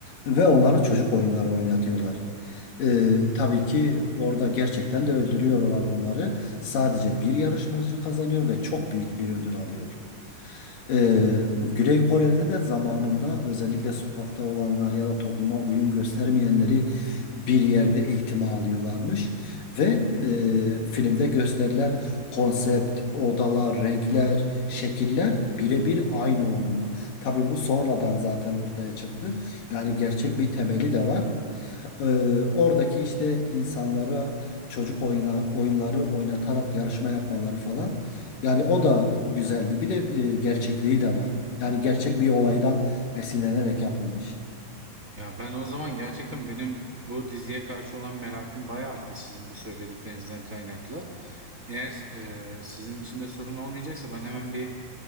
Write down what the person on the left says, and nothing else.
ve onlara çocuk oyunları oynatıyorlar. E, tabii ki orada gerçekten de öldürüyorlar onları. Sadece bir yarışmacı kazanıyor ve çok büyük bir ödül alıyor. Ee, Güney Kore'de de zamanında özellikle sokakta olanlar ya da topluma uyum göstermeyenleri bir yerde eğitime alıyorlarmış. Ve e, filmde gösterilen konsept, odalar, renkler, şekiller birebir aynı onunla. Tabii bu sonradan zaten ortaya çıktı. Yani gerçek bir temeli de var. Ee, oradaki işte insanlara çocuk oyna, oyunları oynatarak yarışma yapmaları falan. Yani o da güzeldi. Bir de e, gerçekliği de var. Yani gerçek bir olaydan esinlenerek yapılmış.